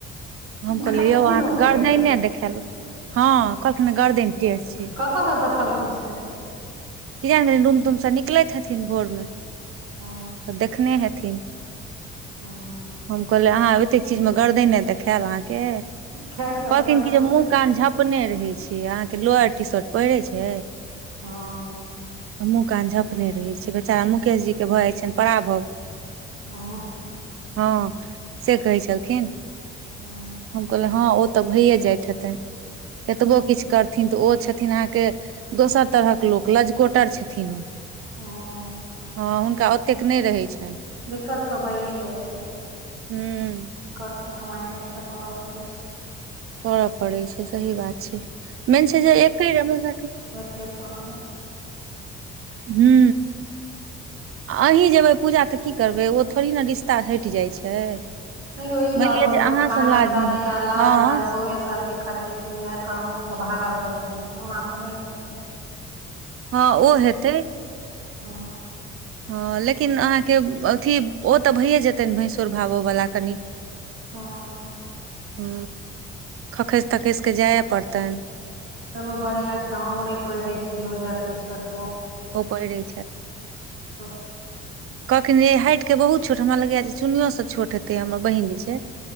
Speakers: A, on the right (about 40°); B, on the right (about 80°).
A: हम कहलियै
B: कथिन
A: यौ अहाँके
B: ओ टेढ़
A: गर्दनि
B: छै
A: देखेलह हँ कहलखिन गरदेन टेढ़ छै।
B: <unintelligible> देख्लाखिन छै
A: कि जनि रूम तूम सब निकलैत हथिन भोर मे
B: ओ
A: तऽ देखने हेथिन।
B: <unintelligible>
A: हम कहलेै अहाँ एतेक चीज मे गर्दै नहि देखायल अहाँ के
B: खै ने कहलियै
A: कहलथिन
B: आओर
A: कि
B: चीज
A: जे मुँह
B: नहि
A: कान झप अपने रहै छिय अहाँके लोअर टी शर्ट पहिरे छै।
B: हँ
A: मुंह कान झपने रहै छियै बच्चारा मुकेश जीके भऽ जाइ छनि पराा भग
B: हँ
A: हँ से कहै छलखिन
B: हँ
A: हम कहल हँ ओ त ओत भइये जाइत हेतय कतबो किछु करथिन तऽ ओ छथिन अंहाकेँ दोसर तहेक लोक- लजकोटर छथि ओ।
B: हँ
A: हँ हुनका ओतेक नहि रहै छैय।
B: दिक्कत तऽ भइए जाइ छैय
A: हुं
B: कि करतेय माइनेज तऽ करअ पड़ैय छैय
A: करय पड़े छै सही बात छै मेन छै जे एकई रमेशठ
B: फेर तहन
A: हू आ अहीं जेयबै पूजा तऽ की करबै ओ थोड़ी नऽ रिश्ता हटि जाइ छै।
B: तैो ई
A: मानि
B: रहते
A: लिअ
B: ने
A: जे अहाँ
B: खाने
A: से लाज
B: ताने
A: नहि हेतै
B: या लाज
A: हँ
B: ताज ब े खलते या एखन रूम सब भागल रहे छथिन ओना तऽ नहि रहे <unintelligible>
A: हँ ओ हेतय
B: <unintelligible>
A: हँ लेकिन अहाँके अथि ओ तऽ भैये जेतनि भैंसुर भाबोवला कनि।
B: हँ
A: हू खखसि तखसि के जाय पड़ितनि
B: चलू बढ़िआँ छैय हम नहि पहिरैय छी लुजर टीशर्ट।
A: ओ पहिरै
B: <unintelligible>
A: कहलखिन्ह जे हाइट के बहुत छोट हमरा लगैये जे चुन्नियो से छोट हेतैय हमर बहिन जे छैय।